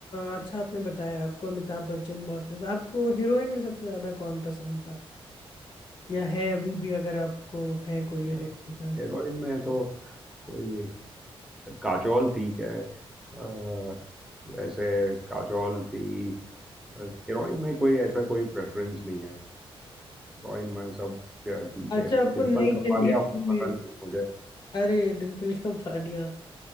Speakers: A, on the left; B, in the centre.
A: अ, अच्छा आपने बताया आपको अमिताभ बच्चन बहुत पसंद आपको हीरोइन में सबसे ज्यादा कौन पसंद था या है अभी भी अगर आपको है कोई हीरोइन
B: हीरोइन
A: पसंद
B: में तो कोई काजोल ठीक है अ, वैसे काजोल थी हीरोइन में कोई ऐसा कोई प्रेफरेंस नहीं है हीरोइन में सब ठीक
A: अच्छा
B: है
A: आपको
B: डिम्पल
A: नई जनरेशन
B: कपाड़िया
A: में
B: पसंद थी मुझे
A: अरे डिम्पल कपाड़िया